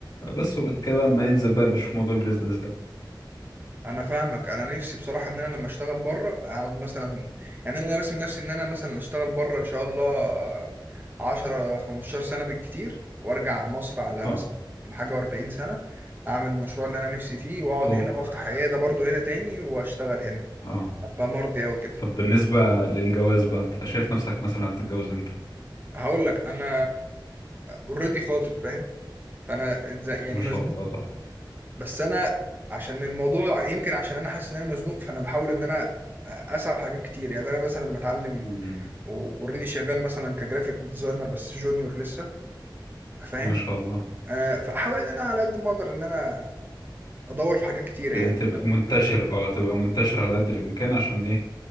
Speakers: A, on the left; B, on the right.
A: آه، بس وبعد كده بقى ما ننزل بقى نشوف موضوع البيزنس ده
B: انا فاهمك انا نفسي بصراحه ان انا لما اشتغل بره اقعد مثلا يعني انا راسم نفسي ان انا مثلا اشتغل بره ان شاء الله 10 15 سنه بالكتير وارجع مصر على
A: اه
B: مثلا حاجه و40 سنه اعمل المشروع اللي انا نفسي فيه واقعد
A: اوبا
B: هنا وافتح عياده برضه هنا تاني واشتغل هنا
A: اه
B: ابقى مرضي اوي كده
A: طب بالنسبه للجواز بقى انت شايف نفسك مثلا هتتجوز امتى
B: هقول لك انا اوريدي خاطب فاهم فانا اتز- يعني
A: ما شاء
B: مزنوق
A: الله تحفه
B: بس انا عشان الموضوع يمكن عشان انا حاسس ان انا مزنوق فانا بحاول ان انا اسعى في حاجات كتير يعني انا مثلا بتعلم
A: مم.
B: واوريدي شغال مثلا كجرافيك ديزاينر بس جونيور لسه فاهم
A: ما شاء الله
B: آه فاحاول ان انا على قد ما اقدر ان انا ادور في حاجات كتيره
A: ت-
B: يعني
A: تبقى منتشر اه تبقى منتشر على قدر الامكان عشان ايه